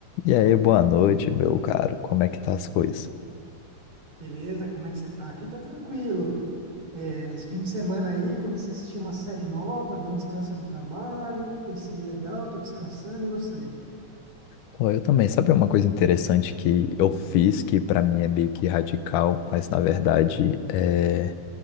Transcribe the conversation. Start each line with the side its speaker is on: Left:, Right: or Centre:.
Left: E aí, boa noite, meu caro. Como é que tá as coisas?
Right: Beleza, como é que você tá? Aqui tá tranquilo. É, esse fim de semana aí comecei a assistir uma série nova, dei um descanso no trabalho, tem sido legal, tô descansando, e você?
Left: Pô, eu também. Sabe uma coisa interessante que eu fiz que pra mim é meio que radical, mas na verdade é.